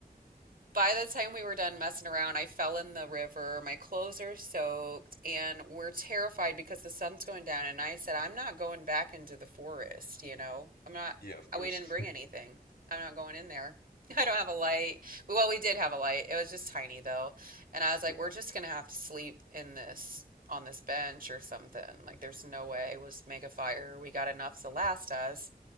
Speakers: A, on the right; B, on the left.
A: by the time we were done messing around, I fell in the river. My clothes are soaked, and we're terrified because the sun's going down. And I said, I'm not going back into the forest, you know? I'm not,
B: Yeah. Of
A: I-
B: course.
A: we didn't bring
B: <laughs>
A: anything. I'm not going in there. <laughs> I don't have a light. Well, we did have a light. It was just tiny, though. And I was like,
B: Yeah.
A: we're just gonna have to sleep in this, on this bench or something. Like, there's no way. We'll just make a fire. We got enough to last us.